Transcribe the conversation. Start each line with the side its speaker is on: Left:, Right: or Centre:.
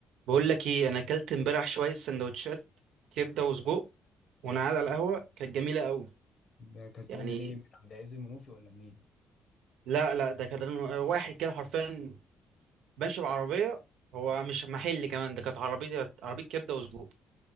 Right: بقول لك ايه انا اكلت امبارح شويه سندوتشات كبده وسجق وانا قاعد على القهوه كانت جميله قوي
Left: ده اكلتهم
Right: يعني
Left: منين؟ من عند عز المنوفي ولا منين؟
Right: لا لا ده كان واحد كده حرفيا ماشي بعربيه هو مش محل كمان ده كانت عربيه عربيه كبده وسجق